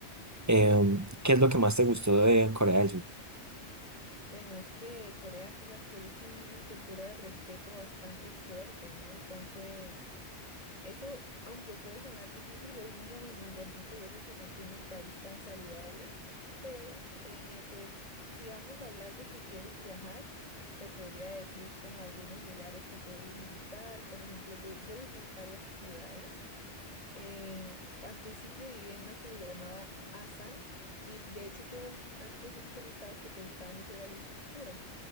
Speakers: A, on the right; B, on the left.
A: Em, ¿qué es lo que más te gustó de Corea del Sur?
B: Bueno, es que Corea, tú sabes que ellos tienen una cultura de respeto bastante fuerte, ¿no? Entonces, eso, aunque puede sonar difícil, es muy, muy bonito y es lo que mantiene al país tan saludable. Pero, eh, pues, si vamos a hablar de que quieres viajar, te podría decir como algunos lugares que puedes visitar. Por ejemplo, yo, yo viví en varias ciudades. Eh, al principio viví en una que se llamaba Asan y de hecho tú antes me comentabas que te gustaba mucho la agricultura